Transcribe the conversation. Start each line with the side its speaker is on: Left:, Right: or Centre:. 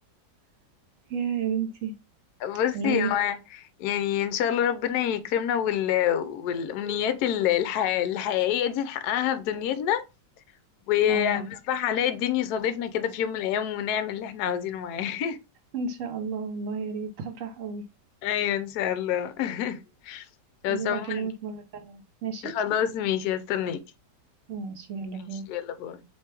Right: يا يا بنتي
Left: <laughs> بصي
Right: والله يا
Left: هو
Right: بنتي
Left: يعني ان شاء الله ربنا يكرمنا وال... والامنيات ال- الح... الحقيقيه دي نحققها في دنيتنا ومصباح
Right: اه والله
Left: علاء الدين يصادفنا كده في يوم من الايام ونعمل اللي احنا عاوزينه معاه <laughs>
Right: ان شاء الله والله يا ريت هفرح قوي
Left: ايوه ان شاء الله <laughs> بس
Right: يلا
Left: عموما
Right: بقى أكلمك مرة تانية ماشي
Left: خلاص ماشي هستناك
Right: ماشي يلا
Left: ماشي
Right: باي
Left: يلا باي